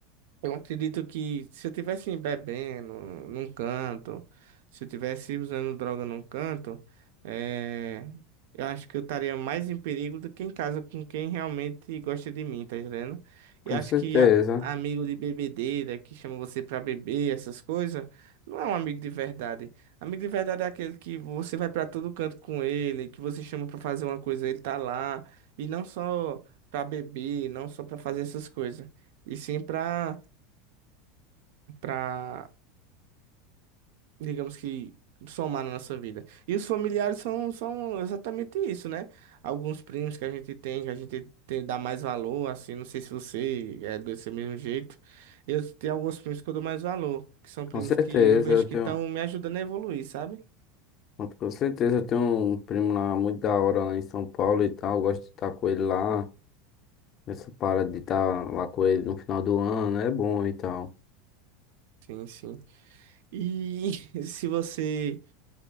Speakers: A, on the right; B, on the left.
A: Eu acredito que se eu tivesse bebendo num canto, se eu tivesse usando droga num canto, eh, eu acho que eu estaria mais em perigo do que em casa com quem realmente gosta de mim, tá entendendo? Eu
B: Com
A: acho
B: certeza,
A: que a- amigo de bebedeira que chama você pra beber, essas coisas, não é um amigo de verdade. Amigo de verdade é aquele que você vai pra todo canto com ele, que você chama pra fazer uma coisa, ele tá lá, e não só pra beber, não só pra fazer essas coisas, e sim pra para, digamos que, somar na nossa vida. E os familiares são, são exatamente isso, né? Alguns primos que a gente tem, que a gente tem, dá mais valor, assim, não sei se você é desse mesmo jeito. Eu tenho alguns primos que eu dou mais valor, que são primos
B: com certeza.
A: que eu vejo
B: Eu
A: que
B: tenho,
A: estão me ajudando a evoluir, sabe?
B: com certeza eu tenho um primo lá muito da hora lá em São Paulo e tal. eu Gosto de estar com ele lá. Essa parada de estar lá com ele no final do ano é bom e tal.
A: Sim, sim. E <laughs> se você